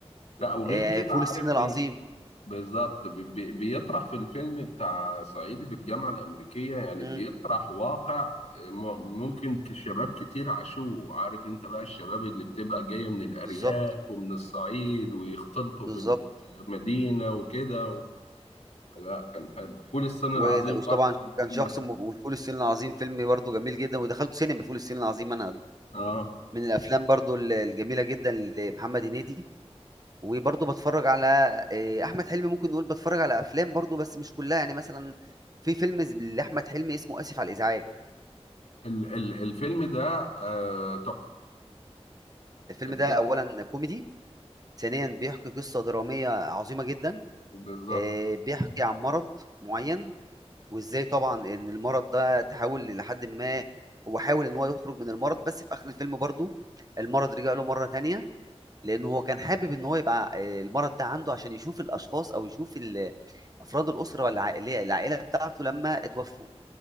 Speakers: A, on the left; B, on the right.
A: لا وغير
B: آه،
A: كده
B: فول
A: عارف
B: الصين العظيم
A: ايه؟ بالظبط بي- بي- بيطرح في الفيلم بتاع صعيدي في الجامعة الأمريكية يعني
B: مم.
A: بيطرح واقع م- ممكن ك- شباب كتير عاشوه عارف انت بقى الشباب اللي بتبقى جاية من الأرياف
B: بالظبط
A: ومن الصعيد ويختلطوا
B: بالظبط
A: بالمدينة وكده و... لا كان حلو فول الصين
B: ون-
A: العظيم
B: وطبعا
A: برضو كان فيلم
B: كان شخص م- وفول الصين العظيم فيلم برضه جميل جدا ودخلت سينما فول الصين العظيم انا
A: حلو. اه
B: من الافلام برضه ال- الجميله جدا لمحمد هنيدي وبرضه بتفرج على آه، احمد حلمي ممكن نقول بتفرج على افلام برضه بس مش كلها يعني مثلا في فيلم ز- لاحمد حلمي اسمه اسف على الازعاج
A: ال ال الفيلم ده آه تحفة
B: الفيلم
A: الفيلم
B: ده اولا كوميدي ثانيا بيحكي قصه دراميه عظيمه جدا
A: بالظبط
B: آه، بيحكي عن مرض معين وازاي طبعا ان المرض ده تحاول لحد ما هو حاول ان هو يخرج من المرض بس في اخر الفيلم برضه المرض رجع له مره تانية لأنه هو كان حابب إن هو يبقى آه، المرض ده عنده عشان يشوف الأشخاص أو يشوف ال- أفراد الأسرة والعائلة العائلة بتاعته لما اتوفوا